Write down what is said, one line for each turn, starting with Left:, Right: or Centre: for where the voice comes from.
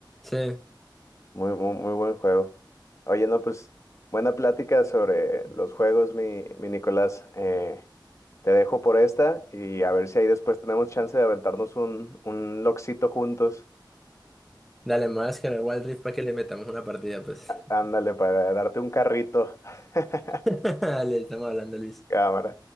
Centre: Sí,
Left: Muy, muy, muy buen juego. Oye, no, pues buena plática sobre los juegos, mi, mi Nicolás. Eh, te dejo por esta y a ver si ahí después tenemos chance de aventarnos un, un loxito juntos.
Centre: dale, me voy a descargar Wild Rift para que le metamos una partida, pues.
Left: Ándale, para darte un carrito. <laughs>
Centre: <laughs> Dale, estamos hablando, Luis.
Left: Cámara.